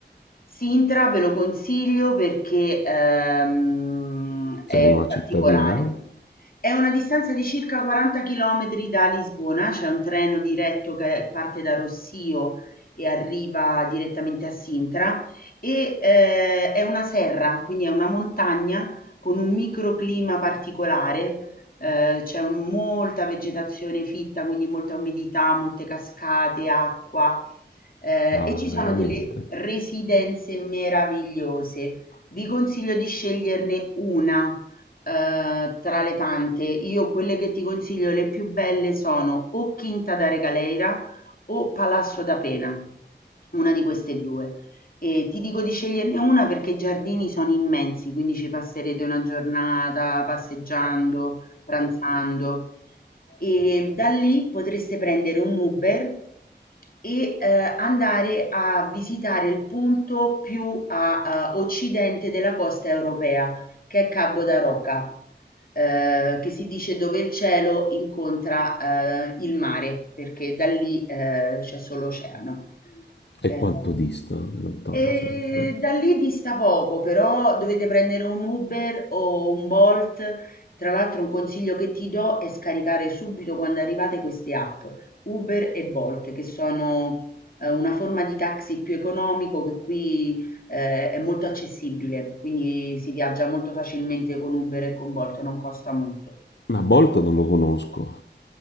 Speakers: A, on the left (about 50°); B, on the left (about 70°).
A: Sintra ve lo consiglio perché, ehm,
B: c'è
A: è
B: una cittadina?
A: particolare. È una distanza di circa 40 chilometri da Lisbona, c'è un treno diretto che parte da Rossio e arriva direttamente a Sintra e eh, è una serra, quindi è una montagna con un microclima particolare, eh, c'è un- molta vegetazione fitta, quindi molta umidità, molte cascate, acqua eh,
B: Ah,
A: e ci sono
B: veramente?
A: delle residenze meravigliose. Vi consiglio di sceglierne una eh, tra le tante, io quelle che ti consiglio le più belle sono o Quinta da Regaleira o Palazzo da Pena, una di queste due. E ti dico di sceglierne una perché i giardini sono immensi, quindi ci passerete una giornata passeggiando, pranzando. E da lì potreste prendere un Uber e eh, andare a visitare il punto più a, a occidente della costa europea che è Cabo da Roca, eh, che si dice dove il cielo incontra eh, il mare, perché da lì eh, c'è solo oceano.
B: E
A: Eh,
B: quanto dista? È lontano
A: Ehm,
B: sempre.
A: da lì dista poco, però dovete prendere un Uber o un Bolt. Tra l'altro un consiglio che ti do è scaricare subito quando arrivate queste app, Uber e Bolt, che sono eh, una forma di taxi più economico che qui eh, è molto accessibile, quindi si viaggia molto facilmente con Uber e con Bolt, non costa molto.
B: Ma Bolt non lo conosco.